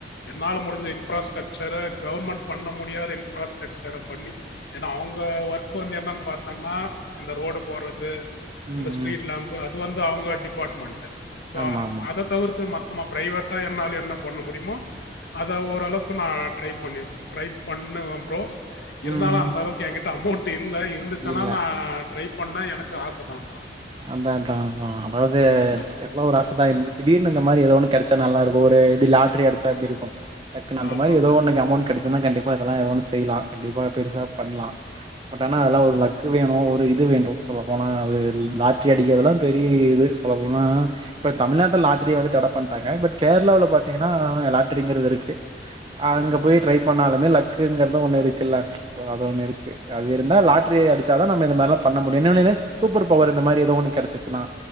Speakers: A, on the left; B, on the right.
A: என்னால முடிஞ்ச இன்ஃப்ராஸ்டரக்சர கவர்மெண்ட் பண்ண முடியாத இன்ஃப்ராஸ்ட்ரக்சர பண்ணி ஏனா அவங்க ஒர்க் வந்து என்னன் பாத் த்தம்னா இந்த ரோடு போட்றது
B: ம்
A: அந்த ஸ்ட்ரீட்
B: ம்
A: லேம்ப்பு அது வந்து அவங்க டிப் பாட்மெண்டு சோ
B: ஆமா ஆமா
A: அத தவிர்த்து மத் தம்மா பிரைவேட்டா என்னால என்ன பண்ண முடியுமோ அத ஓரளவுக்கு நா ட்ரை பண்ணிர் ட்ரை பண்ணுவ ப்ரோ இருந்தாலு
B: ம்
A: அந்த அளவுக்கு எகிட்ட அமௌண்ட் டு இல்ல இருந்து லன்னா
B: இல்ல
A: நா ட்ரை பண்ண எனக்கு ஆச தா ப்ரோ
B: அதாதா ஆமா அதாவது
A: ம்.
B: எல்லா ஒரு ஆசதா என்ன திடீர் னு இந்த மாரி ஏதோ ஒன்னு கெடச்சா நல்லா இருக்கு ஒரு இப்டி லாட்ரி அடிச்சா எப்டி இருக்கு டக்குனு அந்த
A: ஆமாமா.
B: மாரி ஏதோ ஒன்னுக்கு அமௌண்ட் கெடச் துனா கண்டிப்பா இதெல்லா ஏதோ ஒன்னு செய்லா கண்டிப்பா பெருசா பண்லா பட் ஆனா
A: ஆமாமா.
B: அதெல்லா ஒரு லக் வேணு ஒ இது வேண்டு சொல்ல போனா அது ல் அடிக்கது எல்லா பெரிய இது சொல்ல போனா இப்ப தமிழ்நாட்டுலா லாட்டிரி வந்து தட பண்ணட்டாங்க பட் கேரளாவுல பாத்தீங்கன்னா லாட்டிரிங்குறது இருக்கு அங்க
A: ஆமாமா.
B: போய் ட்ரை பண்ணாலுமே லக் குங்குங்கறது ஒண்ணு இருக்குல்ல சோ அது ஒண்ணு இருக்கு அது இருந்தா லாக் ட்ரி அடிச்சா தா நாம இந்த மாரிலா பண்ண முடியு என்ன <unintelligible> சூப்பர் பவர் இரு இந்த மாரி ஏதோ ஒன்னு கிடைச்சுசுன்னா